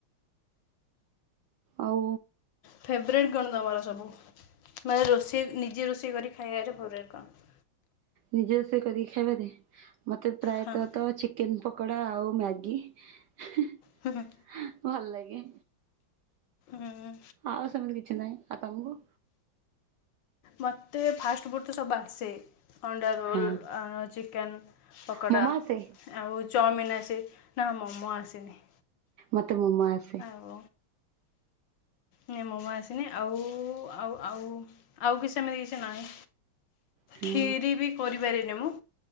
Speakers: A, on the right; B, on the left.
A: ଆଉ
B: ଫେବରେଟ୍ କଣ ତମର ସବୁ? ମାନେ ରୋଷେଇ ନିଜେ ରୋଷେଇ କରି ଖାଇବାରେ ଫେବରେଟ୍ କଣ?
A: ନିଜେ ରୋଷେଇ କରି ଖାଇବାରେ ମତେ ପ୍ରାୟତଃ
B: ହଁ
A: ତ ଚିକ୍ କେନ୍ ପକୋଡ଼ା ଆଉ ମ୍ୟାଗି ହେ
B: ହୁଁ
A: ହେ ଭଲ ଲାଗେ।
B: ହୁଁ
A: ଆଉ ସେମିତି କିଛି ନାହିଁ। ଆଉ ତମକୁ?
B: ମୋତେ ଫାଷ୍ଟ ଫୁଡ଼ ତ ସବୁ ବାସେ। ଅଣ୍ଡା ରୋଲ,
A: ହଁ
B: ଆ ଚିକେନ ପକୋଡ଼ା,
A: ମୋମୋ ଆସେ
B: ଆଉ ଚାଉମିିନ ଆସେ। ନା ମୋମୋ ଆସେନି।
A: ମତେ ମୋମୋ ଆସ୍
B: ହଉ। ନ ମୋମୋ ଆସିନି ଆଉ ଆଉ ଆଉ ଆଉ କିଛି ସେମିତି କିଛି ନାହିଁ।
A: ହଁ
B: ଖିରୀ ବି କରିପାରିନି ମୁଁ।